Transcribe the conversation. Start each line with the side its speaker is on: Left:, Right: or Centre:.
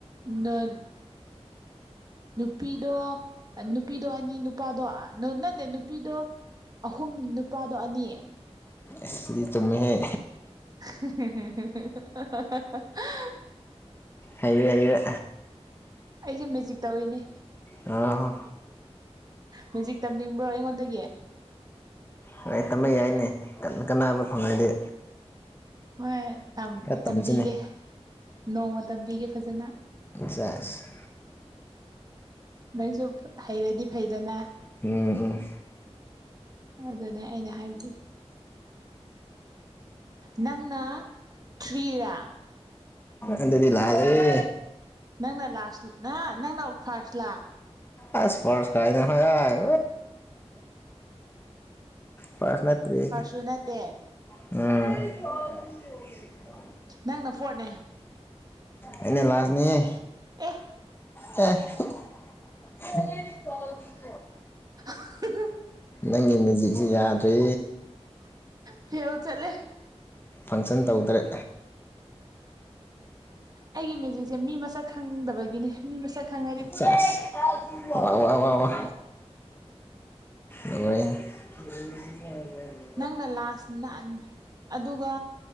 Right: ꯅꯣ ꯅꯨꯄꯤꯗꯣ ꯅꯨꯄꯤꯗꯣ ꯑꯅꯤ ꯅꯨꯄꯥꯗꯣ ꯅꯠꯇꯦ ꯅꯨꯄꯤꯗꯣ ꯑꯍꯨꯝ ꯅꯨꯄꯥꯗꯣ ꯑꯅꯤ
Left: ꯑꯁꯤ ꯆꯨꯝꯃꯦꯍꯦ
Right: <unintelligible>
Left: ꯍꯩꯔꯦ ꯍꯩꯔꯦ
Right: ꯑꯩꯁꯦ ꯃꯦꯖꯤꯛ ꯇꯧꯔꯤꯅꯦ꯫
Left: ꯑꯥ
Right: ꯃꯦꯖꯤꯛ ꯇꯝꯅꯤꯡꯕ꯭ꯔꯣ ꯑꯩꯉꯣꯟꯗꯒꯤ꯫
Left: ꯍꯣꯏ ꯇꯝꯕ ꯌꯥꯏꯅꯦ ꯀꯟꯅ ꯀꯕ ꯐꯪꯉꯗꯤ꯫
Right: ꯍꯣꯏ
Left: ꯈꯔ
Right: ꯇꯝꯕꯤꯒꯦ
Left: ꯇꯝꯁꯤꯅꯦ
Right: ꯅꯣꯡꯃ ꯇꯝꯕꯤꯒꯦ ꯐꯖꯅ
Left: ꯁꯦꯁ
Right: ꯅꯪꯁꯨ ꯍꯩꯔꯗꯤ ꯐꯩꯗꯅ
Left: ꯎꯝ ꯎꯝ
Right: ꯑꯗꯨꯅꯦ ꯑꯩꯅ ꯍꯥꯏꯔꯤꯁꯦ ꯅꯪꯅ ꯊ꯭ꯔꯤꯔꯥ
Left: ꯑꯗꯨꯗꯤ ꯂꯥꯜꯂꯦ
Right: ꯅꯪꯅ ꯂꯥꯁ ꯅ ꯅꯪꯅ ꯐꯥꯔꯁꯂꯥ
Left: ꯑꯏ ꯐ꯭ꯔꯁ ꯀꯅ ꯍꯣ <unintelligible> ꯑꯥꯢ ꯐ꯭ꯔꯁ ꯅꯠꯇꯔꯤ
Right: ꯑꯗꯨ ꯅꯇꯦ
Left: ꯎꯝ
Right: ꯅꯪꯅ ꯐꯣꯔ꯭ꯠꯅꯦ
Left: ꯑꯩꯅꯥ ꯂꯥꯖ ꯅꯤꯍꯦ
Right: ꯑꯦ
Left: ꯑꯦ ꯆꯥꯎꯦ <unintelligible>
Right: <unintelligible>
Left: ꯅꯪꯒꯤ ꯃ꯭ꯌꯨꯖꯤꯛꯁꯤ ꯌꯥꯗ꯭ꯔꯤ
Right: ꯐꯦꯜ ꯆꯠꯂꯦ
Left: ꯐꯪꯁꯟ ꯇꯧꯗ꯭ꯔꯦ
Right: ꯑꯩꯒꯤ ꯃꯦꯖꯤꯛꯁꯦ ꯃꯤ ꯃꯁꯛ ꯈꯪꯗꯕꯒꯤꯅꯦ ꯃꯤ ꯃꯁꯛ ꯈꯪꯉꯦ
Left: ꯆꯁ ꯋꯥ ꯋꯥ ꯋꯥ <unintelligible> ꯍ <unintelligible>
Right: ꯅꯪꯅ ꯂꯥꯁꯅ ꯑꯗꯨꯒ